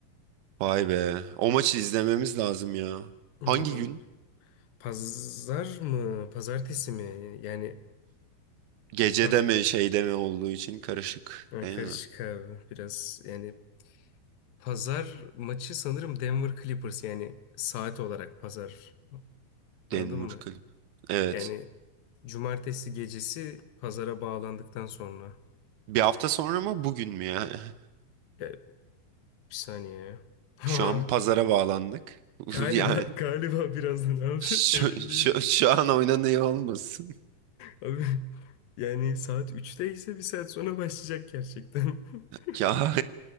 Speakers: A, on the right; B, on the left.
A: Vay be. O maçı izlememiz lazım ya.
B: Evet,
A: Hangi
B: Ömer.
A: gün?
B: Pazar mı? Pazartesi mi? Yani
A: Gecede
B: pa-
A: mi şeyde mi olduğu için karışık
B: ha,
A: değil
B: karışık
A: mi?
B: abi biraz yani pazar maçı sanırım Denver Clippers yani saat olarak pazar. Anladın
A: Denver
B: mı?
A: kulüp. Evet.
B: Yani cumartesi gecesi pazara bağlandıktan sonra.
A: Bir hafta sonra mı bugün mü ya? <laughs>
B: Ya, bir saniye. ya. <laughs>
A: Şu an pazara bağlandık. <laughs>
B: Galiba
A: Yani
B: galiba birazdan abi
A: şu,
B: <laughs> emin değilim.
A: şu, şu an oynanıyor olmasın.
B: <laughs> Abi yani saat 3'te ise bir saat sonra başlayacak gerçekten. <laughs>
A: Ya